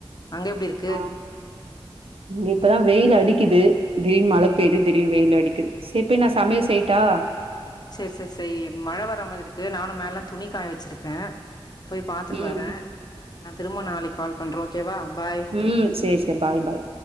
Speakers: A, on the left; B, on the right.
A: அங்க எப்டி இருக்
B: ஆஹ் இங்க இப்பதா வெயில் அடிக்குது திடீர்னு மழ பெய்யுது திடீர்னு வெயில் அடிக்குது சரிப்போய் நா சமையல் செய்யிட்டா
A: சரி சரி சரி மழ வர்ர மாரி இருக்கு நானு மேலலா துணி காய வச்சிருக்கே போய் பாத்துட்டு
B: ம்.
A: வரே நா திரும்பவு நாளைக்கு கால் பண்ணுறே ஓகேவா பாய்
B: ம் சேரி சேரி பாய் பாய்